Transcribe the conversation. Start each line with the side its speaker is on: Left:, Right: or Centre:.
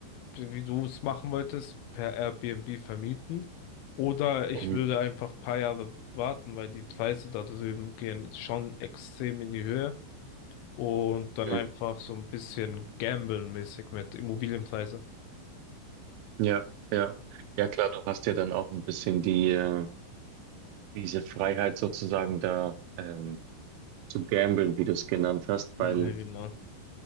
Left: wie du es machen wolltest, per Airbnb vermieten oder ich
Right: Mhm.
Left: würde einfach ein paar Jahre warten, weil die Preise da drüben gehen schon extrem in die Höhe und dann
Right: Mhm.
Left: einfach so ein bisschen gamblen-mäßig mit Immobilienpreise.
Right: Ja, ja. Ja, klar, du hast ja dann auch ein bisschen die, äh, diese Freiheit sozusagen da ähm, zu gamblen, wie du es genannt hast,
Left: Ja,
Right: weil
Left: genau.